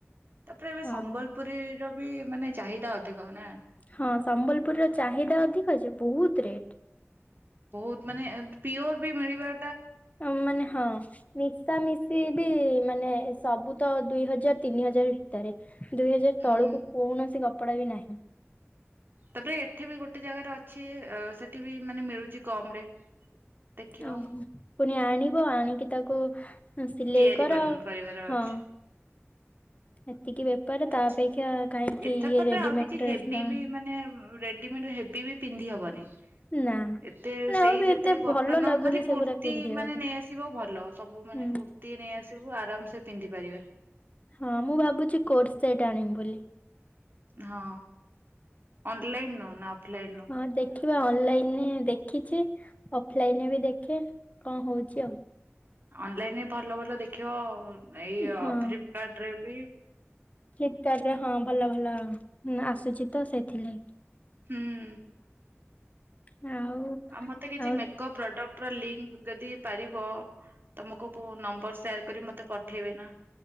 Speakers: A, on the right; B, on the left.
A: ତାପରେ ଏବେ
B: ହଁ
A: ସମ୍ବଲପୁରୀର ବି ମାନେ ଚାହିଦା ଅଧିକ ନା।
B: ହଁ, ସମ୍ବଲପୁର ର ଚାହିଦା ଅଧିକ ଅଛି। ବହୁତ ରେଟ୍।
A: ବହୁତ ମାନେ ପିଓର ବି ମିଳିବା
B: ହଁ ମାନେ ହଁ। ମିଶା ମିଶି ବି ମାନେ ସବୁ ତ ଦୁଇ ହଜାର, ତିନି ହଜାର। ଭିତରେ, ଦୁଇ ହଜାର
A: ହୁଁ
B: ତଳକୁ କୌଣସି କପଡା ବି ନାହିଁ।
A: ତାପରେ ଏଠି ବି ଗୋଟେ ଜାଗାରେ ଅଛି। ଅ ସେଠି ବି ମାନେ ମିଳୁଛି କମ୍ ରେ। ଦେଖିବ।
B: ଓହୋ ପୁଣି ଆଣିବ ଆଣିକି ତାକୁ ସିଲେଇ
A: ତିଆରି
B: କର।
A: କରିବାର
B: ହଁ
A: ଅଛି
B: ହେତିକି ବେପାର
A: ତ
B: ତା ଅପେକ୍ଷା କାହିଁକି
A: ଏଥରତ
B: ଇଏ
A: ତାପରେ
B: ରେଡିମେଡ
A: ଆଉ କିଛି
B: ଡ୍ରେସ
A: ହେଭି
B: ନ ଆଣି-
A: ବି ମାନେ ରେଡିମେଡ୍ ହେ ଭୀ ବି ପିନ୍ଧି ହବନି।
B: ନା।
A: ଏତେ
B: ନା
A: ସେଇ
B: ଆଉ ବି
A: ଯେତେ
B: ଏତେ
A: କଟନ
B: ଭଲ ଲାଗୁନି
A: ଖାଲି
B: ସେଗୁରା
A: କୁର୍ତ୍ତିୀ
B: ପିନ୍ଧିବାକୁ
A: ମାନେ ନେଇଆସିବ ଭଲ ସବୁ ମାନେ
B: ହୁଁ
A: କୁର୍ତି ର୍ତ୍ତି ନେଇ ଆସିବୁ ଆରାମ ସେ ପିନ୍ଧି ପାରିବା।
B: ହଁ, ମୁଁ ଭାବୁଛି କୋର୍ଟ ସେଟ୍ ଆଣିବି ବୋଲି।
A: ହଁ, ଅନ୍ଲାଇନ୍ ରୁ ନା ଅଫଲାଇନ୍ ରୁ।
B: ହଁ ଦେଖିବା ଅନଲାଇନରେ ଦେଖିଛି ଅଫଲାଇନରେ ବି ଦେଖେ କଣ ହଉଛି ଆଉ।
A: ଅନଲାଇନରେ ଭଲ ଭଲ ଦେଖେଇବ ଏଇ ଅ
B: ହଁ
A: ଫ୍ଲିପକାର୍ଟ ରେ ବି।
B: ଫ୍ଲିପକାର୍ଟ ରେ ହଁ, ଭଲ ଭଲ ଆସୁଛି ତ ସେଇଥିଲାଗି।
A: ହୁଁ।
B: ଆଉ?
A: ଆ ମତେ କିଛି
B: ଆଉ
A: ମେକଅପ୍ ପ୍ରଡକ୍ଟ ର ଲିଙ୍କ୍ ଯଦି ପାରିବ ତମକୁ ବୋ ନମ୍ବର ସେୟାର କରି ମତେ ପଠେଇବେ ଏନା।